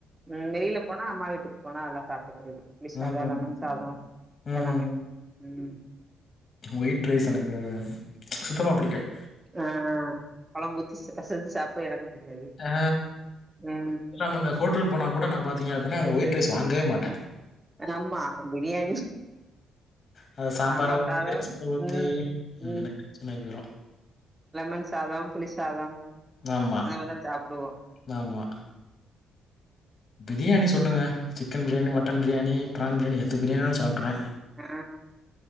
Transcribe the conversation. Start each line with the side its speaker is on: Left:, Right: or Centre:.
Right: ம் வெளியில போனா அம்மா வீட்டுக்குப்போனா நல்லா சாப்புட்டுக்றது புளி சாதொ
Left: ம்.
Right: லெமன் சாதொ
Left: ம்.
Right: எல்லாமே ம்
Left: ஒயிட் ரைஸ் எனக்கு சுத்தமா பிடிக்காது
Right: ஆ கொழம் ஊத்தி பெசெஞ்சு சாப் சோ எனக்கு புடிக்காது
Left: ஆ
Right: ம்
Left: நம்ம இந்த ஹோட்டல் போனா கூட நா பாத்தீங்க அப்டின்னா அந்த ஒயிட் ரைஸ் வாங்கவே மாட்டே
Right: ஆமா பிரியாணி
Left: அத சாம்பார
Right: சாம்பார்
Left: ஊத்தி
Right: சாதம்
Left: ரசத்த ஊத்தி
Right: ம் ம்
Left: எனக்கு டென்சன் ஆயிப் போயுரு
Right: லெமன் சாதம் புளி சாதம்
Left: ஆமா,
Right: அத மாரிதா சாப்டுவோ
Left: ஆமா பிரியாணி சொல்லுங்க chicken biryani mutton biryani prawn biryani egg பிரியாணினாலு சாப்ட்ருவே
Right: ஆ